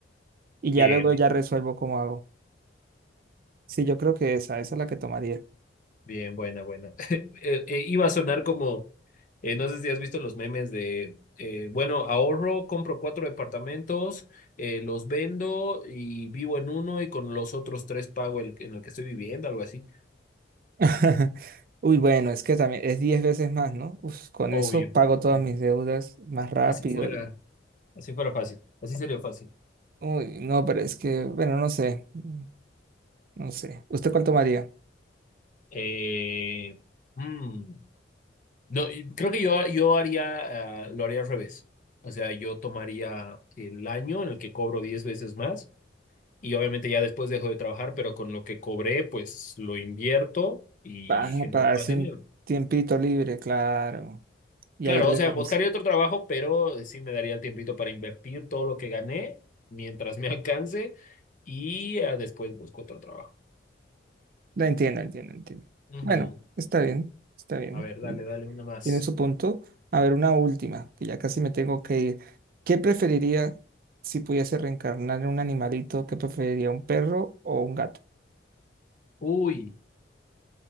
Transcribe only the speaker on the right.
y ya
luego
ya resuelvo cómo hago. Sí, yo creo que esa, esa es la que tomaría.
<laughs> Uy, bueno, es que también es 10 veces más, ¿no? Uf, con
eso pago todas
mis deudas más rápido.
y-
Uy, no, pero es que, bueno, no sé, mm, no sé. ¿Usted cuánto tomaría?
Ah,
para darse
un tiempito libre, claro. Y
ahí renuncia.
La entiendo, entiendo, entiendo.
Bueno, está bien, está bien.
Tiene su punto. A ver, una última, que ya casi me tengo que ir. ¿Qué preferiría si pudiese reencarnar en un animalito? ¿Qué preferiría, un perro o un gato?